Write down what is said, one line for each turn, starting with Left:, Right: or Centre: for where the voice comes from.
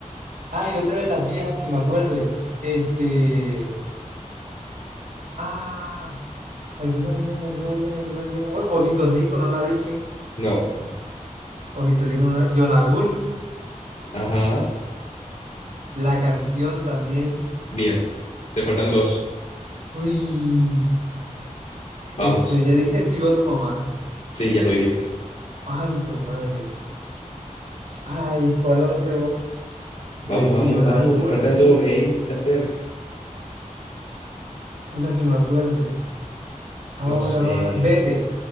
Right: Ay, otra de las viejas que me acuerde. Este. Ah, alguna vieja, alguna vieja, alguna vieja. Bueno, Ojitos Rico, no la dije.
Left: No.
Right: Ojitos Rico, no la... Yonaguni,
Left: Ajá.
Right: la canción también.
Left: Bien. Te faltan dos.
Right: Uy,
Left: Vamos.
Right: este, ya dije, si yo tu mamá.
Left: Sí, ya lo dijiste.
Right: Ay, hijo de madre. Ay, ¿cuál otro? Ya
Left: Vamos,
Right: dije
Left: vamos,
Right: Yonaguni,
Left: vamos. Te faltan dos. Hey, está cerca.
Right: una que me acuerde. Ahora,
Left: No sé.
Right: ahora. Vete,